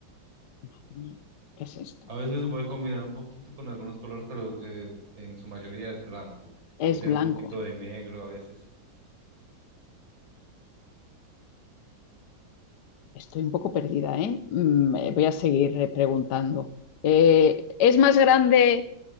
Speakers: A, on the left; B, on the right.
A: Madre mía, ¿qué es esto?
B: A veces se puede combinar un poquito con algunos colores, pero eh, en su mayoría es blanco.
A: Es
B: Puede tener
A: blanco.
B: un poquito de negro a veces.
A: Estoy un poco perdida, ¿eh? Mm, eh, Voy a seguir eh, preguntando. Eh, ¿es más grande,